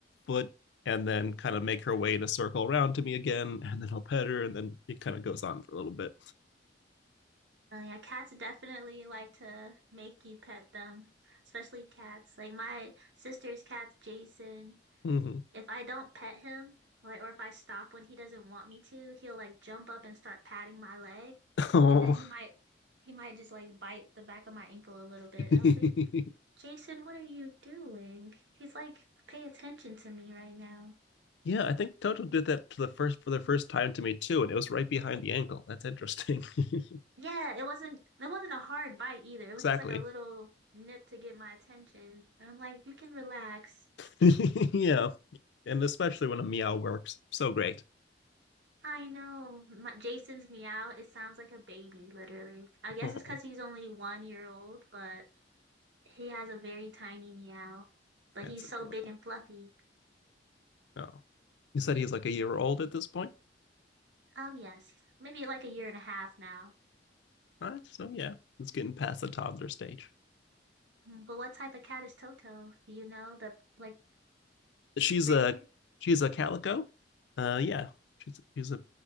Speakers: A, on the left; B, on the right.
A: foot, and then kind of make her way in a circle around to me again, and then I'll pet her, and then it kind of goes on for a little bit.
B: Oh yeah, cats definitely like to make you pet them, especially cats. Like my sister's cat's Jason.
A: hmm
B: If I don't pet him, like or if I stop when he doesn't want me to, he'll like jump up and start patting my leg,
A: Oh.
B: and then he might he might just like bite the back of my ankle a little bit.
A: <laughs>
B: I was like, Jason, what are you doing? He's like, pay attention to me right now.
A: yeah, I think Toto did that to the first for the first time to me too, and it was right behind the ankle. That's interesting. <laughs>
B: Yeah, it wasn't it wasn't a hard bite either. It
A: exactly.
B: was just like a little nip to get my attention. And I'm like, you can relax.
A: <laughs> yeah, and especially when a meow works, so great.
B: I know. My, Jason's meow, it sounds like a baby, literally. I guess
A: Oh.
B: it's because he's only one year old, but he has a very tiny meow. But
A: That's
B: he's
A: adorable.
B: so big and fluffy.
A: Oh. You said he's like a year old at this point?
B: Um, yes, maybe like a year and a half now.
A: All right, so yeah, it's getting past the toddler stage.
B: Mm, But what type of cat is Toto? Do you know the like
A: She's
B: breed?
A: a she's a calico. Uh yeah. She's she's a